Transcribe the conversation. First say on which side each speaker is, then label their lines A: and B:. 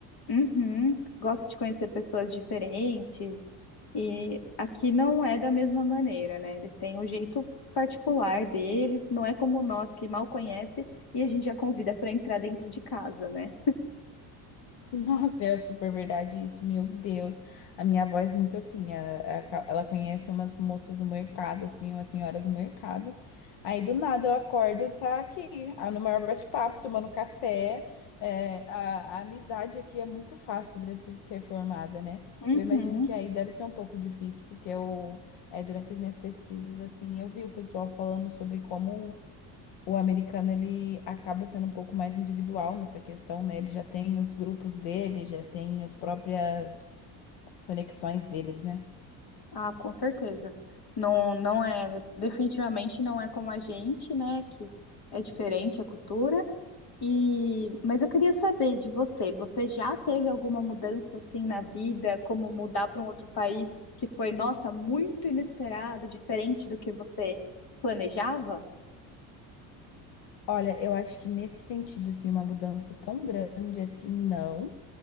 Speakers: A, on the left; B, on the left.
A: Uhum, gosta de conhecer pessoas diferentes. E aqui não é da mesma maneira, né? Eles têm o jeito particular deles, não é como nós que mal conhece e a gente já convida para entrar dentro de casa, né?
B: Nossa, é super verdade isso, meu Deus. A minha avó é muito assim, ela, ela conhece umas moças no mercado, assim, umas senhoras no mercado. Aí do nada eu acordo, tá aqui, ah, no maior bate-papo, tomando café. É, a, a amizade aqui é muito fácil para se ser formada, né?
A: Uhum.
B: Eu imagino que aí deve ser um pouco difícil, porque eu, é, durante as minhas pesquisas, assim, eu vi o pessoal falando sobre como. O americano ele acaba sendo um pouco mais individual nessa questão, né? Ele já tem os grupos dele, já tem as próprias conexões deles, né?
A: Ah, com certeza. Não, não é, definitivamente não é como a gente, né? Que é diferente a cultura. E, mas eu queria saber de você, você já teve alguma mudança assim na vida, como mudar para um outro país que foi, nossa, muito inesperado, diferente do que você planejava?
B: Olha, eu acho que nesse sentido, assim, uma mudança tão grande assim, não.